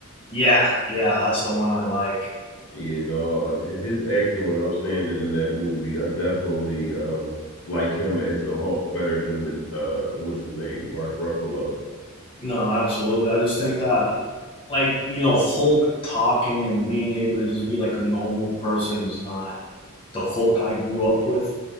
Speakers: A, on the left (about 25°); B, on the left (about 70°).
A: Yeah, yeah, that's the one I like.
B: Yeah, no, his acting was outstanding in that movie. I definitely um like him as the Hulk better than the uh what's his name, Mark Ruffalo.
A: No, absolutely. I just think that, like, you know, Hulk talking and being able to just be like a normal person is not the Hulk I grew up with,